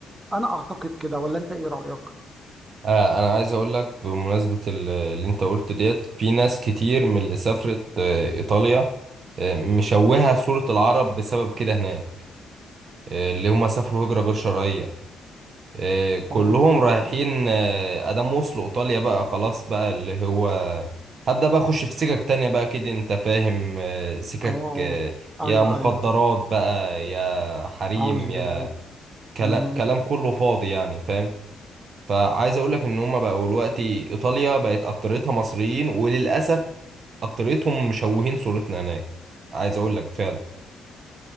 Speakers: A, on the right; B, on the right.
A: انا اعتقد كده ولا انت ايه رأيك
B: آه، انا عايز اقول لك بمناسبه ال- اللي انت قلت ديت في ناس كتير من اللي سافرت آه، ايطاليا آه، مشوهه صوره العرب بسبب كده هناك آه، اللي هم سافروا هجره غير شرعيه آه، كلهم
A: اه
B: رايحين آه، ادام وصلوا ايطاليا بقى خلاص بقى اللي هو هبدأ بقى اخش في سكك تانية بقى كده انت فاهم آه، سكك
A: اه اه
B: آه، يا
A: ايوه
B: مخدرات
A: ايوه
B: بقى يا حريم
A: أعوذ
B: يا
A: بالله
B: كلام
A: مهم.
B: كلام كله فاضي يعني فاهم فعايز اقول لك ان هما بقوا دلوقتي ايطاليا بقت اكتريتها مصريين وللاسف اكتريتهم مشوهين صورتنا هناك عايز اقول لك فعلا